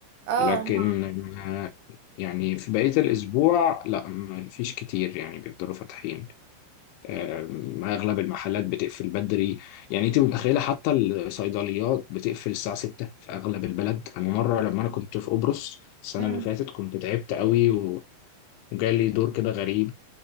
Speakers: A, on the right (about 65°); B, on the left (about 80°).
A: اه
B: لكن
A: ما
B: آه، يعني في بقيه الاسبوع لا ما فيش كتير يعني بيفضلوا فاتحين آم، اغلب المحلات بتقفل بدري يعني انت متخيله حتى الصيدليات بتقفل الساعه 6 في اغلب البلد انا مره لما انا كنت في قبرص السنه
A: امم
B: اللي فاتت كنت تعبت قوي و- وجالي دور كده غريب